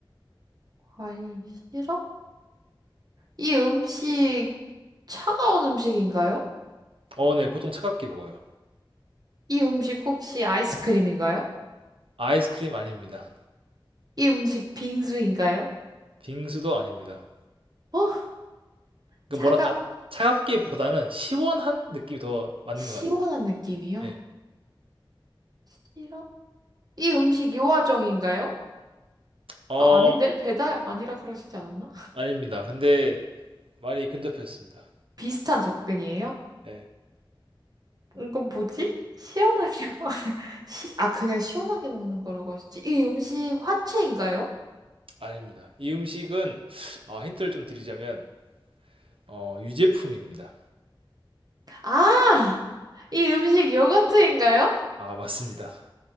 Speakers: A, on the right; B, on the right.
A: 과일 시럽? 이 음식 차가운 음식인가요?
B: 어, 네, 보통 차갑게 먹어요.
A: 이 음식 혹시 아이스크림인가요?
B: 아이스크림 아닙니다.
A: 이 음식 빙수인가요?
B: 빙수도 아닙니다.
A: 어?
B: 그
A: 차가,
B: 뭐랄까 차갑기보다는 시원한 느낌이 더 맞는
A: 시원한
B: 것 같아요.
A: 느낌이요?
B: 네.
A: 시럽? 이 음식 요아정인가요?
B: 어,
A: 아, 아닌데? 배달 아니라 그러시지 않았나?
B: 아닙니다. 근데 많이 근접했습니다.
A: 비슷한 접근이에요?
B: 네,
A: 이건 뭐지? 시원하게 <laughs> 먹... 시... 아, 그냥 시원하게 먹는 거라고 하셨지. 이 음식 화채인가요?
B: 아닙니다. 이 음식은 아, 힌트를 좀 드리자면 어, 유제품입니다.
A: 아! 이 음식 요거트인가요?
B: 아, 맞습니다.